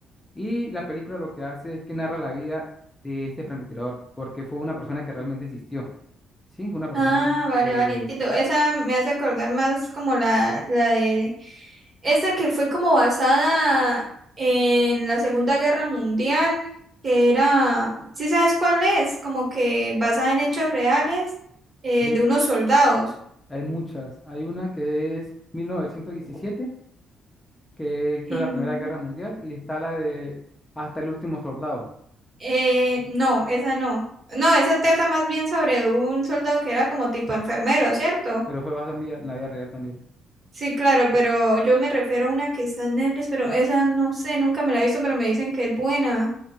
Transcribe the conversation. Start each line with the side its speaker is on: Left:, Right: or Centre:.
Left: Y la película lo que hace es que narra la vida de este francotirador, porque fue una persona que realmente existió, sí, fue una persona
Right: Ah, vale,
Left: que
Right: vale, entiendo. Esa me hace acordar más como la, la de... Esa que fue como basada en la Segunda Guerra Mundial, que era... ¿Sí sabes cuál es? Como que basada en hechos reales eh,
Left: vi-
Right: de unos soldados.
Left: hay muchas, hay una que es 1917, que es creo,
Right: Em,
Left: la Primera Guerra Mundial, y está la de Hasta el último soldado,
Right: eh, no, esa no. No, esa trata más bien sobre un soldado que era como tipo enfermero, ¿cierto?
Left: pero fue basada en vida- en la vida real también.
Right: Sí, claro, pero yo me refiero a una que está en Netflix, pero esa no sé, nunca me la he visto, pero me dicen que es buena.